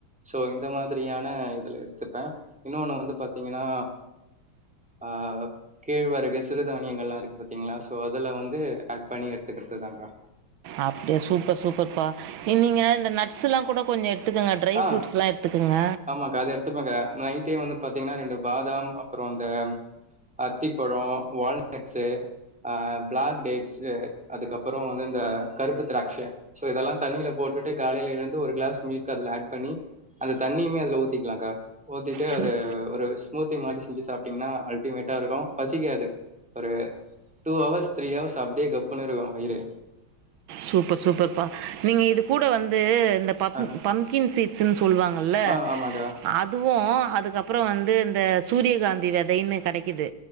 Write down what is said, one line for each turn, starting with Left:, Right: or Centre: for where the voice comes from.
Centre: சோ இந்த மாதிரியான இதுல எடுத்துப்பேன் இன்னொன்னு வந்து பாத்தீங்கன்னா ஆஹ் கேழ்வருகு சிறுதானியங்கள் எலாம் இருக்கு பாத்தீங்களா சோ அததுல வந்து ஆட் பண்ணி எடுத்துக்கிறது தாங்கா
Right: அப்படியா சூப்பர் சூப்பர்ப்பா இ நீங்க இந்த ஸ்லாம் கூட கொஞ்சம் எடுத்துக்கங்க ட்ரை
Centre: ஆ
Right: ஃப்ரூட்ஸ்லாம் எடுத்துக்கங்க
Centre: ஆமாக்கா. அது எடுத்துப்பேங்க்கா. நைட்டே வந்து பா்த்தீங்கன்னா ரெண்டு பாதாம் அப்புறம் இந்த அத்திப்பழம் வால்நட்ஸு பிளாக்டேட்ஸ் அதுக்கப்புறம் வந்து இந்த கருப்பு திராட்சைோ இதெல்லாம் தண்ணியில போட்டுட்டு காலையையில் எழுந்து ஒரு கிளாஸ் மில்க் அதுல ஆட் பண்ணி அந்த தண்ணியுமே அதுல ஊத்திக்கலாம்க்கா ஊத்திட்டு
Right: சூ-
Centre: அது ஒரு ஸ்மூத்தி மாரி செஞ்சு சாிட்டீங்கன்னா அல்டிமேட்டா இருக்கும் பசிக்காது ஒரு டூ ஹவர்ஸ் த்ரீ ஹவர்ஸ் அப்டியே கப்ன்னு இருக்கும் வயிறு
Right: சூப்பர் சூப்பர்ப்பா நீங்க இது கூட வந்து இந்த ப
Centre: ஆ
Right: பம்ப்கின் சீட்ஸ்ன்னு சொல்லுவாங்கல்ல
Centre: ஆ ஆமாக்கா
Right: அதுவும் அதுக்கப்புறம் வந்து இந்த சூரியகாந்தி விதைன்னு கிடைக்கிது